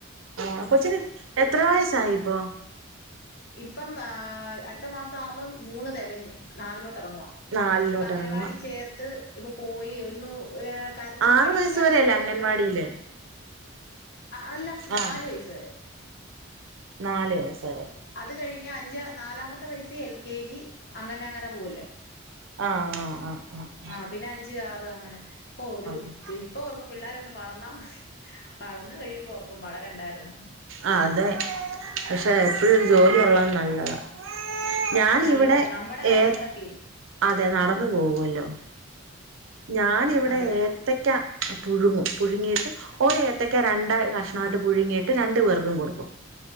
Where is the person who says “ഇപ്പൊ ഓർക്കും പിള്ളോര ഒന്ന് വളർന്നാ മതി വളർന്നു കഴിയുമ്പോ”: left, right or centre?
Left